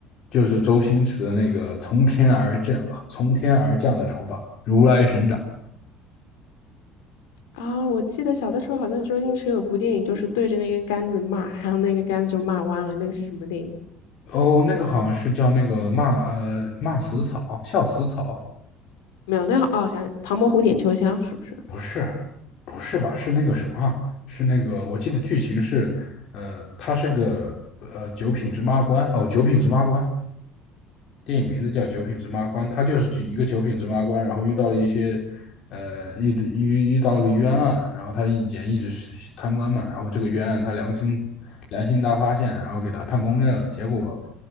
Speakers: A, on the left; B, on the left.
A: 就是周星驰的那个从天而降，从天而降的掌法，如来神掌。
B: 啊，我记得小的时候好像周星驰有部电影，就是对着那根杆子骂，然后那根杆子就骂弯了。那个是什么电影？
A: 哦，那个好像是叫那个骂呃骂死草，笑死草。
B: 没有，那个哦，我想起《唐伯虎点秋香》是不是
A: 不是，不是吧？是那个什么？是那个？我记得剧情是，呃，他是个呃九品芝麻官哦，九品芝麻官。电影名字叫《九品芝麻官》，他就是举一个九品芝麻官，然后遇到了一些，呃，遇遇遇到了个冤案，然后他以前一直是贪官嘛，然后这个冤案他良心良心大发现，然后给他判公正了，结果，